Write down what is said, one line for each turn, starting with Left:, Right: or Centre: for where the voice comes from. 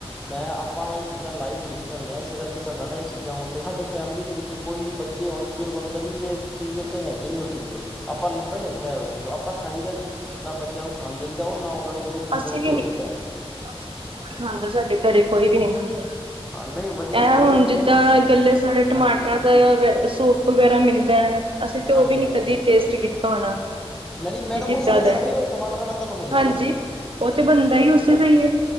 Centre: ਮੈਂ, ਆਪਾਂ ਇਹ ਚੀਜ਼ਾਂ ਲਾਈਵ ਵੇਖੀਆਂ ਹੋਈਆਂ, ਇਸ ਕਰਕੇ ਸਾਡਾ ਨਾ ਇਹ ਚੀਜ਼ਾਂ ਉੱਤੇ, ਹਾਡੇ ਫੈਮਿਲੀ ਦੇ ਵਿੱਚ- ਕੋਈ ਵੀ ਬੱਚੇ ਹੋਣ, ਬਜ਼ੁਰਗ ਹੋਣ ਕਦੀ ਵੀ, ਇਸ ਚੀਜ਼ ਦੇ ਉੱਤੇ ਹੈਗੇ ਨੀ ਉਹ ਚੀਜ਼ ਦੇ। ਆਪਾਂ ਲੰਬਾ ਈ ਰੱਖਿਆ ਹੋਇਆ ਉਹ ਚੀਜ਼ ਤੋਂ ਆਪਾਂ ਖਾਈ ਦਾ ਨੀ, ਨਾ ਬੱਚਿਆਂ ਨੂੰ ਖਾਣ ਦਈਦਾ। ਉਹ ਨਾ ਉਹਨਾਂ ਨੂੰ ਚੀਜ਼
Right: ਅਸੀਂ
Centre: ਦੇ ਉੱਤੇ
Right: ਵੀ ਨੀ,
Centre: ਹੋਈਦਾ
Right: ਅਸੀਂ ਵੀ ਨ ਕੋਈ ਖਾਂਦਾ ਸਾਡੇ ਘਰੇ ਕੋਈ ਵੀ ਨੀ ਖਾਂਦਾ।
Centre: ਹਾਂ ਨਹੀਂ ਵਧੀਆ ਬਹੁਤ
Right: ਐ ਹੁਣ
Centre: ਵਧੀਆ
Right: ਜਿੱਦਾਂ, ਗੱਲੇ-ਸੜੇ ਟਮਾਟਰਾਂ
Centre: ਹਾਂਜੀ
Right: ਦਾ ਸੂਪ ਵਗੈਰਾ ਮਿਲਦਾ ਐ, ਅਸੀਂ ਤੇ ਉਹ
Centre: ਹਾਂਜੀ
Right: ਵੀ ਨੀ
Centre: ਹਾਂਜੀ
Right: ਕਦੀ ਟੇਸਟ ਕੀਤਾ ਹੋਣਾ।
Centre: ਨਹੀਂ- ਨਹੀਂ, ਮੈਡਮ
Right: ਕਿ ਕਿੱਦਾਂ
Centre: ਉਹ ਸਾਰੇ
Right: ਦਾ ਐ,
Centre: ਸੜੇ ਹੋਏ ਟਮਾਟਰਾਂ ਨਾ ਤੁਹਾਨੂੰ ਮਿਲਣਾ
Right: ਹਾਂਜੀ।
Centre: ਸੂਪ।
Right: ਉਹ ਤੇ ਬਣਦਾ
Centre: ਜ
Right: ਈ ਉਸੇ ਦਾ ਈ ਐ।